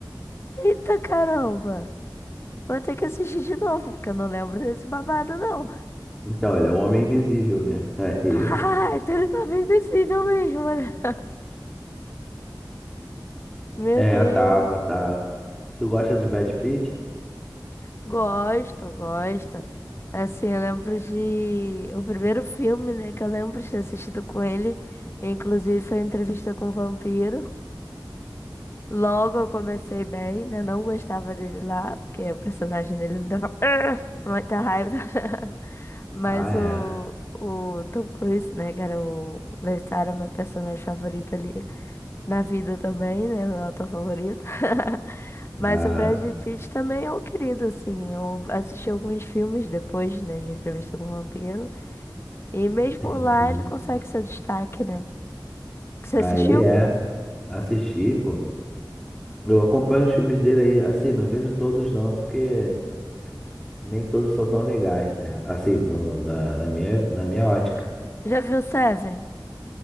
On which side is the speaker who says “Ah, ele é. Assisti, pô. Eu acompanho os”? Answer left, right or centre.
Centre